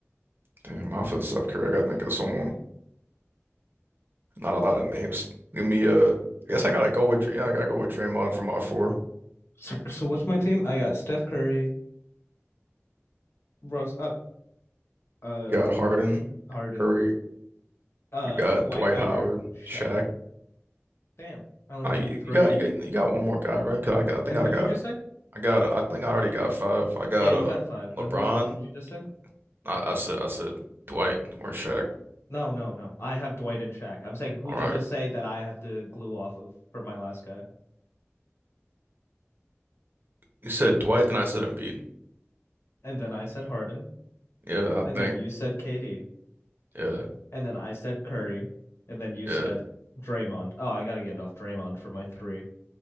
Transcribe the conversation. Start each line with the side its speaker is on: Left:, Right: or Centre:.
Right: Damn, off of Steph Curry, I gotta think of someone. Not a lot of names. Give me uh, I guess I gotta go with yeah, I gotta go with Draymond from all four.
Left: So, so what's my team? I got Steph Curry, Russ up, uh,
Right: You got Harden,
Left: Harden,
Right: Curry,
Left: uh,
Right: you got
Left: Dwight
Right: Dwight
Left: Howard,
Right: Howard,
Left: Shaq.
Right: Shaq.
Left: Damn, I only
Right: Uh,
Left: needed
Right: you,
Left: three.
Right: you got you got you got one more guy, right? 'Cause I got, I think
Left: And
Right: I
Left: who'd
Right: got
Left: you just say?
Right: I got I think I already got five. I got
Left: Yeah, you
Right: uh
Left: got five.
Right: LeBron.
Left: But who'd you who'd you just say?
Right: I, I said I said Dwight or Shaq.
Left: No, no, no. I have Dwight and Shaq. I'm saying who'd
Right: All right,
Left: you just say that I have to glue off of for my last guy?
Right: you said Dwight, then I said Embiid.
Left: And then I said Harden,
Right: Yeah, I
Left: and
Right: think
Left: then you said KD,
Right: yeah
Left: and then I said Curry, and then you
Right: yeah.
Left: said Draymond. Oh, I gotta get off Draymond for my three.